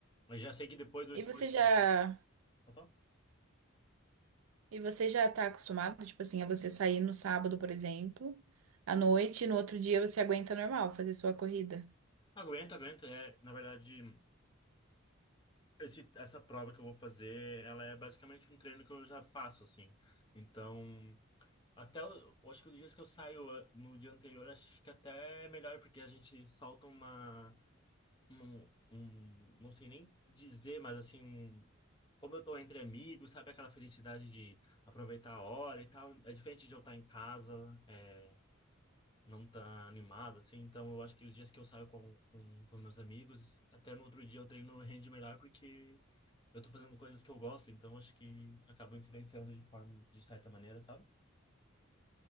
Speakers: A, on the left (about 20°); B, on the right (about 80°).
A: mas já sei que depois do
B: E
A: esforço
B: você
A: que
B: já,
A: eu vou... Opa.
B: e você já tá acostumado, tipo assim, a você sair no sábado, por exemplo, à noite, e no outro dia você aguenta normal fazer sua corrida?
A: Aguento, aguento. É, na verdade, esse, essa prova que eu vou fazer, ela é basicamente um treino que eu já faço, assim. Então, até, o- eu acho que os dias que eu saio ah, no dia anterior, acho que até é melhor, porque a gente solta uma um, um, não sei nem dizer, mas assim, um- como eu tô entre amigos, sabe aquela felicidade de aproveitar a hora e tal, é diferente de eu estar em casa, é, não tá animado, assim, então eu acho que os dias que eu saio com, com, com meus amigos, até no outro dia eu treino rende melhor porque eu tô fazendo coisas que eu gosto, então acho que acaba influenciando de forma, de certa maneira, sabe?